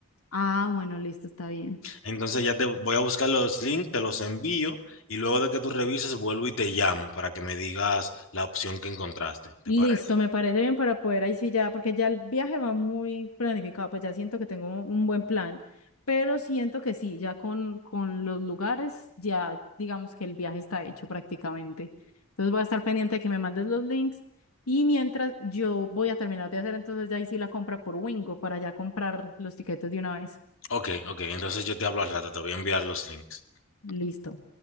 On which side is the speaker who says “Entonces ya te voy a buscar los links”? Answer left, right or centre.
Left